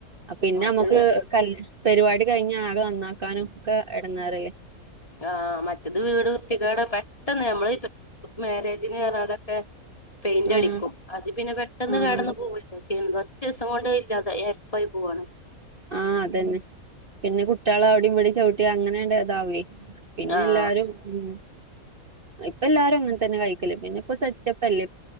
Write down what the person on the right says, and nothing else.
പിന്നെ
നമ്മക്ക് കല്യാ പരിപാടി കഴിഞ്ഞാൽ ആകെ നന്നാക്കാനും ഒക്കെ എടങ്ങേറ
ആഹ്
ആഹ്
ആ അതെന്നെ പിന്നെ കുട്ട്യേള് അവടിം ഇവടിം ചൗട്ടി അങ്ങനെണ്ട്താവെ പിന്നെല്ലാരും
ഉം ഇപ്പല്ലാരും അങ്ങനെ തന്നെ കഴിക്കല് പിന്നെ ഇപ്പൊ സെറ്റപ്പല്ലേ